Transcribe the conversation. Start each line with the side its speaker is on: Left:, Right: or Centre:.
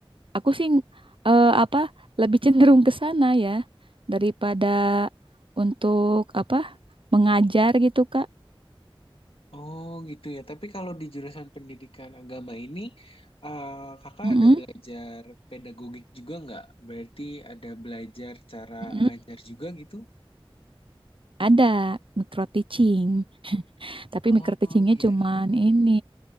Right: Aku sih eh, apa lebih cenderung ke sana ya daripada untuk apa mengajar gitu Kak.
Left: Oh gitu ya. Tapi kalau di jurusan pendidikan agama ini, eh, kakak
Right: Mm-mm,
Left: ada belajar pedagogik juga nggak? Berarti ada belajar cara
Right: mm-mm.
Left: ngajar juga gitu?
Right: Ada micro teaching. Tapi micro
Left: Oh
Right: teachingnya
Left: iya
Right: cuman
Left: iya.
Right: ini